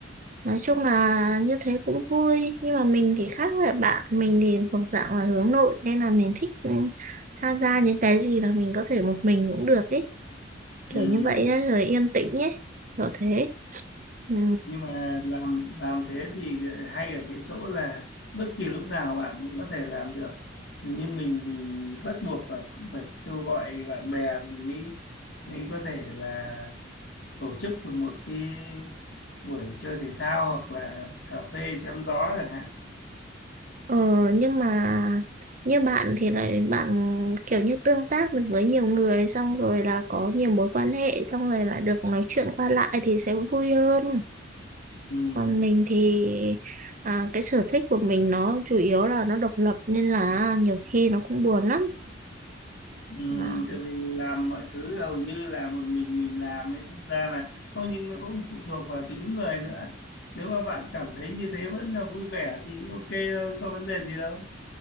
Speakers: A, on the right (about 40°); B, on the left (about 60°).
A: Nói chung là như thế cũng vui nhưng mà mình thì khác với bạn mình thì thuộc dạng là hướng nội nên là mình thích ừ, tham gia những cái gì mà mình có thể một mình cũng được ấy kiểu
B: Ừm,
A: như vậy ấy, rồi yên tĩnh ấy kiểu thế ừ,
B: nhưng mà làm làm thế thì hay ở cái chỗ là bất kỳ lúc nào bạn cũng có thể làm được như mình thì bắt buộc là cũng phải kêu gọi bạn bè thì mới mới có thể là tổ chức được một cái buổi chơi thể thao hoặc là cà phê chém gió chẳng hạn
A: Ờ, nhưng mà như bạn thì lại bạn kiểu như tương tác được với nhiều người xong rồi là có nhiều mối quan hệ xong rồi lại được nói chuyện qua lại thì sẽ vui hơn.
B: Ừm,
A: Còn mình thì à, cái sở thích của mình nó chủ yếu là nó độc lập nên là nhiều khi nó cũng buồn lắm.
B: Ừ,
A: À,
B: tại vì làm mọi thứ hầu như là một mình mình làm ấy thực ra là không nhưng nó cũng phụ thuộc vào tính người nữa nếu mà bạn cảm thấy như thế vẫn là vui vẻ thì ok thôi có vấn đề gì đâu